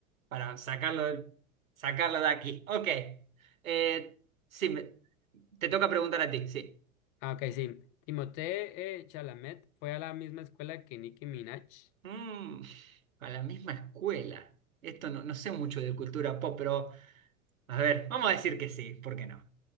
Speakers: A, on the right; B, on the left.
A: para sacarlo, sacarlo de aquí. Ok, Eh, sí, me- te toca preguntar a ti, sí.
B: Ah, ok, sí. Timothée eh, Chalamet fue a la misma escuela que Nicki Minaj.
A: Mm, a la misma escuela. Esto no, no sé mucho de cultura pop, pero a ver, vamos a decir que sí, ¿por qué no?